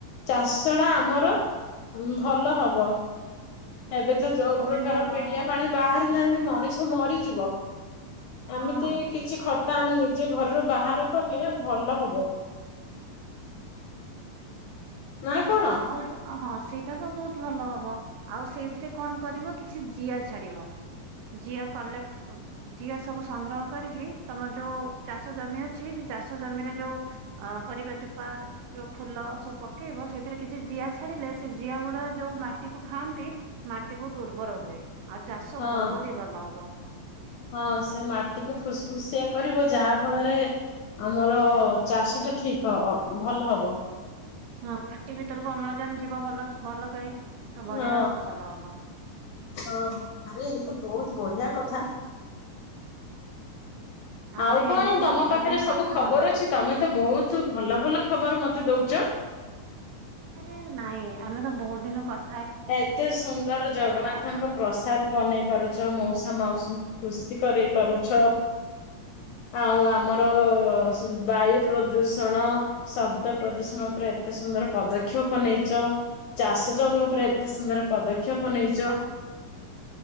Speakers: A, on the left (about 75°); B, on the right (about 80°).
A: ଚାଷ ଟା ଆମର। ଉଁ ଭଲ ହବ। ଏବେ ତ ଯୋଉ
B: ବହୁତ
A: ପ୍ରକାର
B: ଭଲ
A: ପିଡିଆ
B: ହବ
A: ପାଣି ବାହାରିଲାନି
B: ହୁଁ
A: ମଣିଷ ମରିଯିବ।
B: ହଁ
A: ଏମିତି କିଛି ଖର ତ ଆମେ ନିଜେ ଘରରୁ ବାହାର କଲେ ଭଲ ହବ। ନା କଣ?
B: ଆଉ ତ ଅ ହଁ। ସେଇଟା ତ ବହୁତ ଭଲ ହବ ଆଉ ସେଇଥିରେ କଣ କରିବ କିଛି ଜିଆ ଛାଡିବ। ଜିଆ କଲେକ୍ଟ ଅ ଜିଆ ସବୁ ସଂଗ୍ରହ କରିକି ତମର ଯୋଉ ଚାଷ ଜମି ଅଛି ଚାଷ ଜମିରେ ଯୋଉ ଅ ପରିବା ଚୋପା ଯୋଉ ଫୁଲ ସବୁ ପକେଇବ ସେ ସେଥିରେ କିଛି ଜିଆ ଛାଡିଲେ ସେ ଜିଆ ଗୁଡା ଯୋଉ ମାଟିକୁୁ ଖାଆନ୍ତି ମାଟି ବହୁତ ଉର୍ବର ହୁଏ। ଆଉ ଚାଷ
A: ହଁ
B: ବହୁତ ହି ଭଲ ହବ।
A: ହଁ ସେ ମାଟିକୁ ଫୁସଫୁସିଆ କରିବ ଯାହା ଫଳରେ। ଆମର ଚାଷ ଟା ଠିକ ହ ଅ ଭଲ ହବ।
B: ହଁ ମାଟି ଭିତରକୁ ଅମ୍ଳଜାନ ଯିବ ଭଲ ସ ଭଲ କରି। ତ ବଢିଆ
A: ହଁ
B: ଫସଲ ହବ
A: ହଁ ଆରେ ଏଇ ତ ବହୁତ ବଢିଆ। କଥା।
B: ଆମେ
A: ଆଉ କଣ
B: ଏମିତି
A: ତମ
B: ସବୁଦିନ
A: ପାଖରେ ସବୁ
B: କଥା
A: ଖବର
B: ହବା
A: ଅଛି ତମେ ଏତେ ବହୁତୁ ଭଲ ଭଲ ଖବର ମତେ ଦଉଛ।
B: ଆରେ ନାଇଁ ଆମେ ତ ବହୁତ ଦିନ କ
A: ଏତେ ସୁନ୍ଦର ଜଗନ୍ନାଥଙ୍କ
B: ହବା
A: ପ୍ରସା ବନେଇ ପାରୁଛ ମଉସା ମାଉସୀଙ୍କୁ ଖୁସି କରେଇ ପାରୁଛ। ଆଉ ଆମର ସ ବାୟୁ ପ୍ରଦୂଷଣ ଶବ୍ଦ ପ୍ରଦୂଷଣ ଉପ ଏତେ ସୁନ୍ଦର ପଦକ୍ଷେପ ନେଇଛ ଚାଷ ଜମି ଉପରେ ଏତେ ସୁନ୍ଦର ପଦକ୍ଷେପ ନେଇଛ।